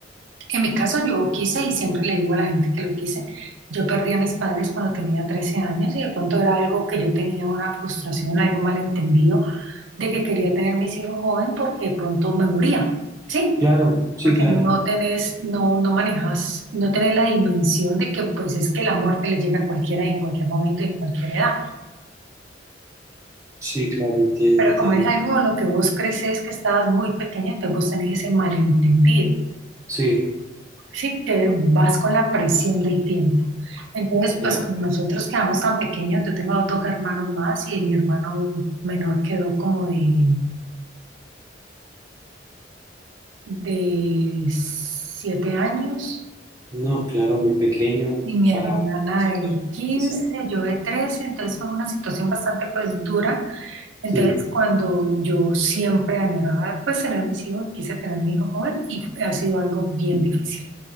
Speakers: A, on the right; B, on the right.
A: En mi caso yo quise y siempre le digo a la gente que lo quise, yo perdí a mis padres cuando tenía 13 años y de pronto era algo que yo tenía una frustración, algo malentendido de que quería tener mis hijos joven porque de pronto me moría, ¿sí?
B: claro, sí,
A: Porque
B: claro,
A: no tenés, no, no manejas, no tenés la dimensión de que pues es que la muerte le llega a cualquiera y en cualquier momento y en cualquier edad.
B: sí, claro, entiendo,
A: Pero
B: entiendo.
A: como es algo en lo que vos creces que estabas muy pequeña, entonces vos tenés ese malentendido.
B: Sí,
A: sí, que vas con la presión del tiempo. Entonces, pues
B: ya.
A: como nosotros quedamos tan pequeños, yo tengo dos hermanos más y mi hermano menor quedó como de, de siete años
B: No, claro, muy pequeño
A: y mi
B: para
A: hermana
B: una situación
A: de quince.
B: pesada.
A: yo de 13, entonces fue una situación bastante pues dura. Entonces
B: Sí,
A: cuando yo siempre añoraba pues tener mis hijos, quise tener mi hijo joven y ha sido algo bien difícil.